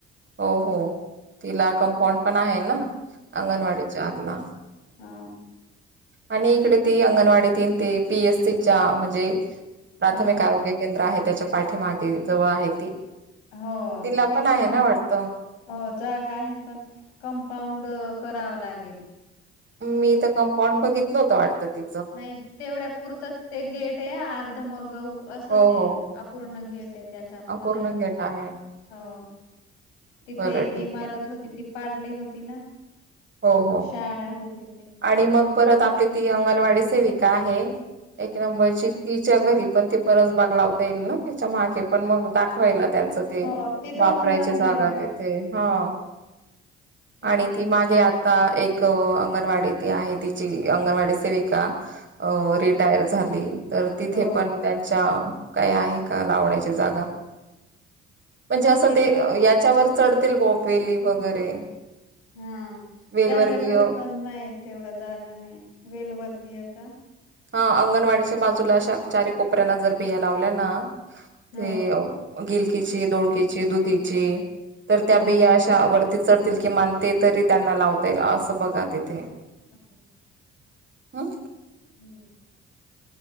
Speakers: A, on the right; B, on the left.
A: हो, हो, तिला कंपाऊंड पण आहे ना, अंगणवाडी चारला.
B: हां.
A: आणि इकडे ती अंगणवाडी तीन ते पी एस सी च्या म्हणजे प्राथमिक
B: हो
A: आरोग्य केंद्र आहे, त्याच्या पाठीमागे जवळ आहे ती.
B: हो
A: तिला
B: तिथं
A: आहे
B: पण
A: ना वाटतं
B: हो. जागा आहे पण कंपाऊंड, कराव लागेल. तिथं
A: मी तर कंपाऊंड बघितल होत वाटतं ती
B: नाही तेवढ्या पपुरतं ते गेट आहे अर्ध मग उ असंच
A: हो
B: आहे
A: हो
B: अपूर ना गेट आहेत. त्याचा मूड
A: अपूर्ण
B: नाही तर
A: गेट आहे
B: आं तिथे
A: बरं
B: एक
A: ठीक
B: इमारत
A: आहे
B: होती ती पाडली होती ना,
A: हो हो
B: शाळा होती ते
A: आणि
B: त्याच्यामुळे
A: मग परत आपली ती अंगणवाडी सेविका आहे एक नंबरची तिच्या घरी पण परत बाग लावता येईल ना त्यािच्या मागे पण मग दाखवायला त्यांचा ते
B: हो तिथं
A: वापरायच्या
B: पण चांगलंय
A: जागा
B: मॅम
A: तिथे हा.
B: तिथं
A: आणि ती
B: पण
A: मागे
B: दाखवत
A: आता एक अंगणवाडी ते आहे तिची अंगणवाडी सेविका अ रिटायर झाली, तर तिथे
B: हो
A: पण त्यांच्या काय आहे का लावण्याची जागा म्हणजे असं
B: तिथं
A: ते याच्यावर चढतील बॉप वेली वगैरे.
B: हा
A: वेलवर्गीय
B: त्यांच्या घरी पण नाही तेवढा जागा नाही. वेलवर्गीय का?
A: हा अंगणवाडीच्या बाजूला अशा चारी कोपऱ्यांना जर बिया लावल्या ना
B: हो
A: ते गिलकीची, दोडकीची, दुधीची तर त्या
B: हो
A: बिया अशा वरती चढतील किमान ते तरी त्यांना लावता येईल असं बघा तिथे.
B: <unintelligible>
A: हम्म.
B: हं.